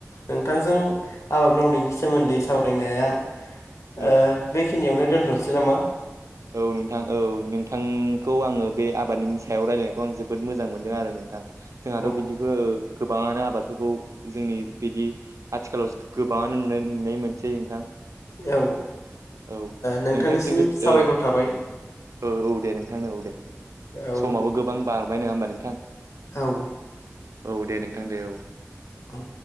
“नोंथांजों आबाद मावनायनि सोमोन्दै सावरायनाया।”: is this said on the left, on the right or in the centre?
Left